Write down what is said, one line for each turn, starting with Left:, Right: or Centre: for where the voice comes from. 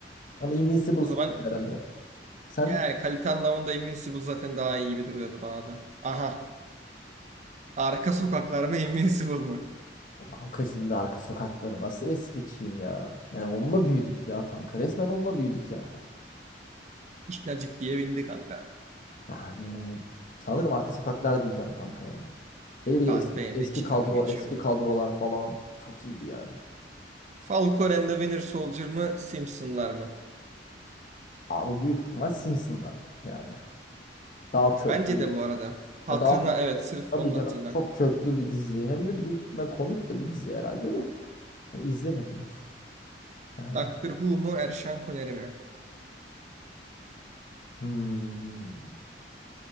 Left: Ama Invincible
Right: O
Left: seçerim
Right: zaman
Left: herhalde. Sen
Right: yani kalite anlamında Invincible zaten daha iyi gibi duruyordu bana da. Aha Arka sokaklarına Invincible mı?
Left: kanka şimdi arka sokakları nasıl es geçeyim ya. Yani onunla büyüdük ya kanka. Resmen onunla büyüdük yani.
Right: İşler ciddiye bindi kanka.
Left: Yani sanırım arka sokaklar diyeceğim kanka ya. Hele bir de
Right: Ben
Left: eski
Right: benim
Left: eski
Right: de içimden
Left: kadro
Right: o geçiyordu.
Left: eski kadrolar falan çok iyiydi yani.
Right: Falcon and the Winter Soldier mı? Simpsonlar mı?
Left: Abi büyük ihtimal Simpsonlar yani. Daha köklü.
Right: Bence de bu arada. Hatırına
Left: Ya daha
Right: evet sırf
Left: Tabii
Right: onun
Left: canım
Right: hatırına.
Left: çok köklü bir dizi. Hem de büyük ihtimal komik de bir dizi herhalde de. Ben izlemedim hiç. Yani.
Right: Doctor Who mu? Erşan Kuneri mi?
Left: Hmm.